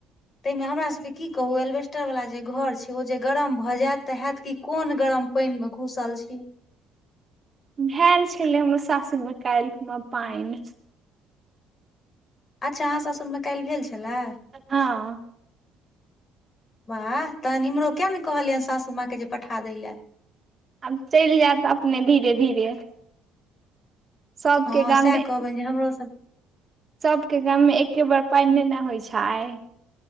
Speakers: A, on the left; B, on the right.
A: तइमे हमरासभके की कहू एल्वेस्टरवला जे घर छै ओ जे गरम भऽ जायत तऽ हयत कि कोन गरम पाइन मे घुसल छी।
B: भैल छैलै हमर सासुरमे काइल गूना पाइन
A: अच्छा अहाँ सासुरमे काल्हि भेल छलै।
B: हँ
A: वाह तहैन इम्हरो कियाने कहलियैन सासू माँ के जे पठा दै लए।
B: आब चलि जायत अपने धीरे धीरे सबके
A: हँ
B: गाम
A: सएह
B: मे
A: कहबनि जे हमरोसभ
B: सबके गाममे एके बेर पानि नहि ने होइ छै।